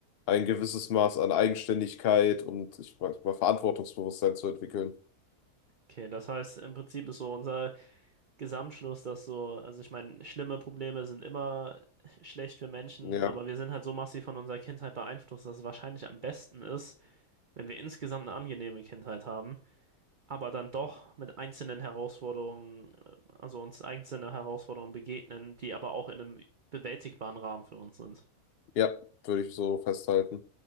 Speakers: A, on the left; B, on the right.
A: ein gewisses Maß an Eigenständigkeit und ich weiß mal Verantwortungsbewusstsein zu entwickeln.
B: okay, das heißt, im Prinzip ist so unser Gesamtschluss, dass so, also ich meine, schlimme Probleme sind immer schlecht für Menschen,
A: Ja,
B: aber wir sind halt so massiv von unserer Kindheit beeinflusst, dass es wahrscheinlich am besten ist, wenn wir insgesamt eine angenehme Kindheit haben, aber dann doch mit einzelnen Herausforderungen, äh, also uns einzelne Herausforderungen begegnen, die aber auch in einem bewältigbaren Rahmen für uns sind.
A: ja, würde ich so festhalten.